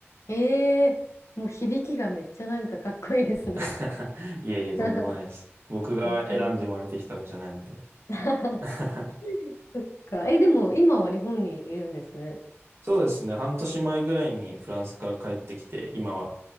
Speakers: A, on the left; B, on the right.
A: ええもう響きがめっちゃなんかかっこいいですね。
B: <laughs> いえいえ、とんでもないです。
A: <laughs>
B: 僕が選んで生まれてきたわけじゃないので。
A: ねえ。<laughs>
B: <laughs>
A: そっか。え、でも今は日本にいるんですね。
B: そうですね。半年前ぐらいにフランスから帰ってきて、今は